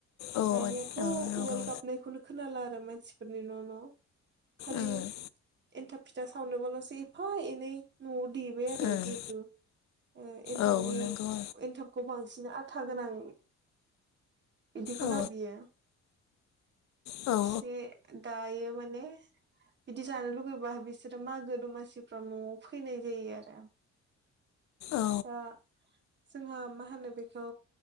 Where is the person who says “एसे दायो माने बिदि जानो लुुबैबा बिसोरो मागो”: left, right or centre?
Right